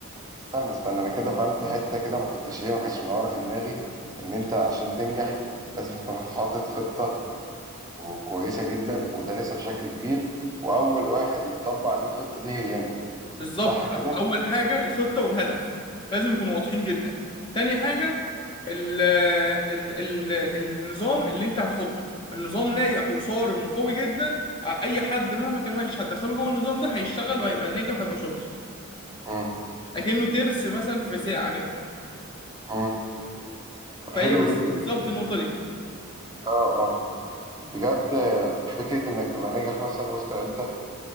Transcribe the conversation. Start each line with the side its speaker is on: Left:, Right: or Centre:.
Right: استنى استنى انا كده فهمت حتة كده ما كنتش ايه ما كانتش منوره في دماغي ان انت عشان تنجح لازم تكون حاطط خطة كويسة جدا ودارسها بشكل كبير واول واحد يتطبق عليه الخطة دي هي انت
Left: بالظبط
Right: صح كده
Left: أ- اول حاجة الخطة والهدف لازم يكونوا واضحين جدا تاني حاجة ال ال ال النظام اللي انت هتحطه النظام ناجح وصارم وقوي جدا ع- اي حد مهما كان وحش هتدخله جوه النظام ده هيشتغل وهيبقى ناجح وهيبقى شاطر
Right: امم
Left: اكنه ترس مثلا في ساعة كده
Right: امم طب حلو
Left: فهي بز-
Right: جدا
Left: بالظبط النقطة دي
Right: اه آه. بجد فكرة إنك تبقى ناجح مثلا وسط عيلتك